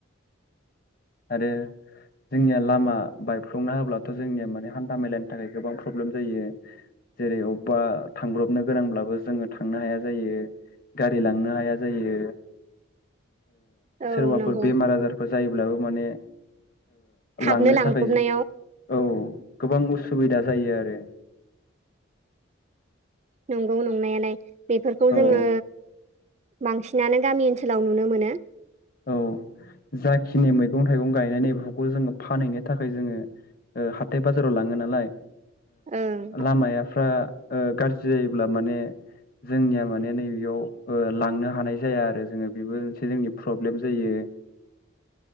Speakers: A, on the left (about 45°); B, on the right (about 35°).
A: आरो जोंनिया लामा बायफ्लंना होब्लाथ' जोंनिया माने हान्था मेलानि थाखाय गोबां प्रब्लेम जायो जेरै अबेबा थांब्रबनो गोनांब्लाबो जोङो थांनो हाया जायो गारि लांनो हाया जायो
B: औ
A: सोरबाफोर
B: नंगौ
A: बेमार आजारफोर जायोब्लाबो माने
B: थाबनो
A: लांनो
B: लांब्रबनायाव
A: थाखाय औ गोबां बुस्थु सुबिदा जायो आरो
B: नंगौ नंनायालाय बेफोरखौ
A: औ
B: जोङो बांसिनानो गामि ओनसोलाव नुनो मोनो
A: औ जाखिनि मैगं थाइगं गायनाय नै बेफोरखौ जोङो फानहैनो थाखाय जोङो हाथाय बाजाराव लाङो नालाय
B: ओं
A: लामाफ्रा गाज्रि जायोब्ला माने जोंनिया माने नैबेयाव लांनो हानाय जाया आरो जोङो बेबो मोनसे जोंनि प्रब्लेम जायो